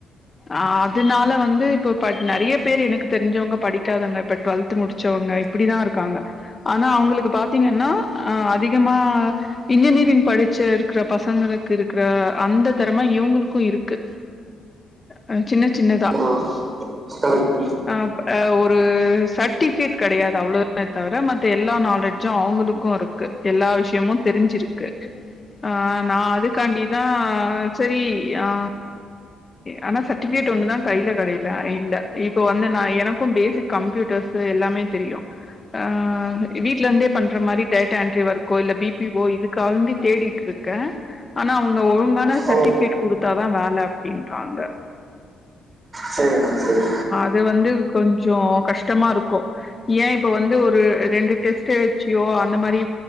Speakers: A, on the left (about 25°); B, on the right (about 25°).
A: ஆ அதனால வந்து இப்ப ப நெறைய பேரு எனக்கு தெரிஞ்சவங்க படிக்காதவங்க இப்ப டுவெல்த் முடிச் ச்சவங்க இப்பிடிதா இருக்காங்க ஆனா அவங்களுக்கு பாத்தீங்கன்னா ஆ அதிகமா இன்ஜினியர் த்தின் படிச்ச இருக்கற பசங்களுக்கு இருக்கிற அந்த தரமா இவங்களுக்கு இருக்கு அ சின்ன சின்னதா
B: ஆ கரெக்ட்
A: ஆ அப் ஒரு சர்ட்டிஃபிகேட் கெடையாது அவ்ளோதா தவர மத்த எல்லா நாலேஜ்ஜு அவங்களுக்கு இருக்கு எல்லா விஷ்யமு தெரிஞ்சிருக்கு அ நா அதுக்காண்டிதா சரி அ ஆனா சர்டிஃபிகேட் ஒன்னுதா கைல கெடையில இல்ல இப்ப வந்து நா எனக்கு பேசிக் கம்ப்யூட்டர்ஸ் எல்லாமே தெரியு ஆ வீட்லந்தே பண்ற மாரி டேட்டா என்ட்ரி ஒர்க்கோ இல்ல பிபிஓ இதுக்கா தேடிட்டு இருக்கே ஆனா அவுங்க ஒழுங்கான சர்ட்டிபிகேட்
B: ஓ
A: குடுத்தாதா வேல அப்டின்றாங்க
B: செரிங்க செரி
A: இது வந்து கொஞ்சோ கஷ்டமா இருக்கு ஏ இப்ப வந்து ஒரு ரெண்டு டெஸ்ட் வச்சியோ அந்த மாரி